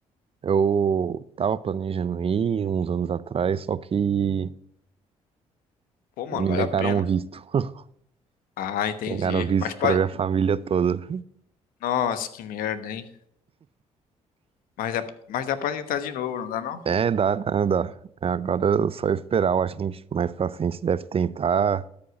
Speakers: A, on the right; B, on the left.
A: eu tava planejando ir uns anos atrás, só que
B: Pô, mano,
A: me
B: vale
A: negaram
B: a pena.
A: o visto. <laughs>
B: Ah, entendi.
A: Negaram o visto
B: Mas pode.
A: para minha família toda.
B: Nossa, que merda, hein? Mas dá, mas dá pra tentar de novo, não dá não?
A: É, dá, dá, dá. É, Agora é só esperar. Eu acho que a gente mais pra frente deve tentar.